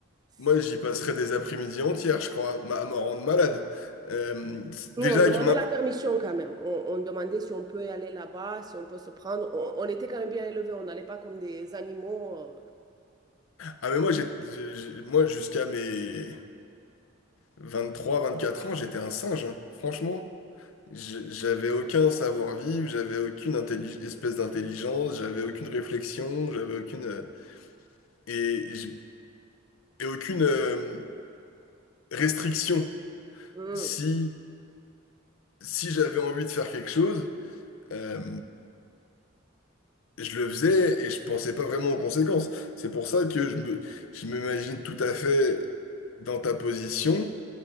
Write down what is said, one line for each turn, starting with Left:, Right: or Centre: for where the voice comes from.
Right: c'est-
Left: moi j'y passerais des après-midi entières, je crois, ma- à m'en rendre malade. Euh, déjà
Right: non, on demandait
Left: que ma-
Right: la permission quand même. On, on demandait si on peut aller là-bas, si on peut se prendre. On, on était quand même bien élevés, on n'allait pas comme des animaux.
Left: Ah mais moi j'ai j'ai- j'ai- moi jusqu'à mes vingt-trois vingt-quatre ans, j'étais un singe, hein. Franchement. J- J'avais aucun savoir-vivre, j'avais aucune intelli- espèce d'intelligence, j'avais aucune réflexion, j'avais aucune... euh, et, j- et aucune euh, restriction.
Right: euh.
Left: Si,
Right: Hmm.
Left: si j'avais envie de faire quelque chose, euh, je le faisais et je pensais pas vraiment aux conséquences. C'est pour ça que je me, je m'imagine tout à fait dans ta position